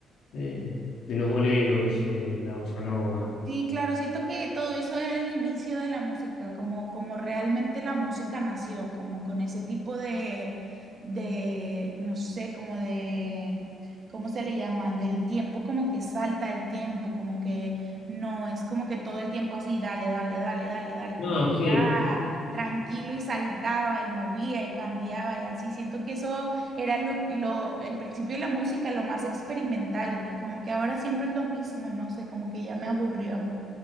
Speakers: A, on the left; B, on the right.
A: de, de los boleros, de, de la bossa nova.
B: Sí, claro, siento que todo eso era el inicio de la música, como, como realmente la música nació, como con ese tipo de, de, no sé, como de, ¿cómo se le llama? Del tiempo, como que salta el tiempo, como que no, es como que todo el tiempo así, dale, dale, dale, dale, dale,
A: No,
B: como que
A: sí,
B: está
A: sí, sí, sí.
B: tranquilo y saltaba y movía y cambiaba y así. Siento que eso era lo, lo- el principio de la música, lo más experimental, y como que ahora siempre es lo mismo, no sé, como que ya me aburrió.